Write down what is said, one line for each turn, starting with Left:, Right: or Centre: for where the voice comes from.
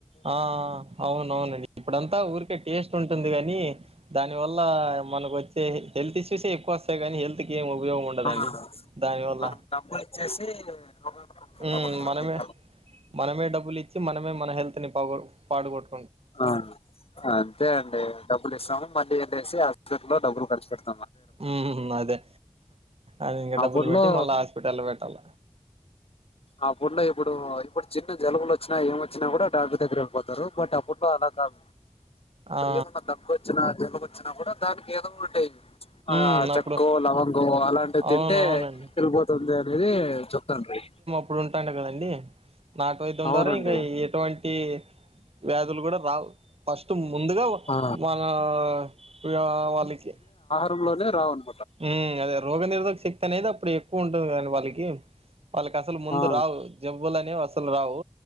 Right: ఆ అవునవునండి ఇప్పుడంతా ఊరికే టేస్ట్ ఉంటుంది కాని దాని వల్ల మనకు వచ్చే హెల్త్ ఇష్యూసే ఎక్కువ వస్తాయి కానీ హెల్త్ క ఏం ఉపయోగం ఉండదండి
Left: ఆ
Right: దానివల్ల
Left: మనం డబ్బులు ఇచ్చేసి <unintelligible>
Right: మ్మ్ మనమే మనమే డబ్బులు ఇచి మనమే మన హెల్త్ అతని పా పాడుగొట్
Left: అ అంతే అండి డబ్బులు ఇస్తాము మళ్ళీ ఏసి హస్లో డబ్బులు స సార్
Right: ఉ అదే అది ఇంకా డబ్బులు
Left: అప్పట్లో
Right: పెట్టి మళ్ళా హాస్పిటల్ లో పెట్టాల
Left: అప్పట్లో ఇప్పుడు ఇప్పుడు చిన్న జలుబులు వచ్చినా ఏం వచ్చినా కూడా డాక్టర్ దగ్గర వెళ్ళిపోతారు, బట్ అప్పుట్లో అలా కాదు ఇప్పుడు
Right: ఆ
Left: ఏమన్నా తక్కువ వచ్చిన జలుబొచ్చినా కూడా దానికి ఏదో ఒకటి
Right: మ్మ్
Left: ఆ చెక్కు
Right: అప్పుడు
Left: లవంగో అలాంటివి తింటే
Right: అవునవునండి
Left: వెళ్ళిపోతుంది అనేది చెప్తాంట్రి
Right: ఇప్పుడు ఉంటాండ కదండి నాటు వైద్యం
Left: అవునండి
Right: ద్వారా ఇంకా ఎటువం టీ వ్యాధులు కూడా రావు ఫస్ట్ ముందుగా
Left: ఆ
Right: వాన <unintelligible> వాళ్ళకి
Left: రంలోనే రావును
Right: ఊ అదే రోగ నిరోధక శక్తి అనేది అప్పుడు ఎక్కువున్ టుందని అని వాలికి వాళ్ళకి అసలు ముందు
Left: ఆ
Right: రావు జబ్బులనేవి తులు రావు